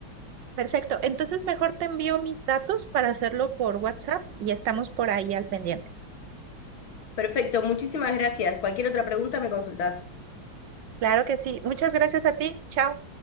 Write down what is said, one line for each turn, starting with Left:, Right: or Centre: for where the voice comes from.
Right: Perfecto. Entonces mejor te envío mis datos para hacerlo por WhatsApp y estamos por ahí al pendiente.
Left: Perfecto, muchísimas gracias. Cualquier otra pregunta me consultás.
Right: Claro que sí. Muchas gracias a ti. Chao.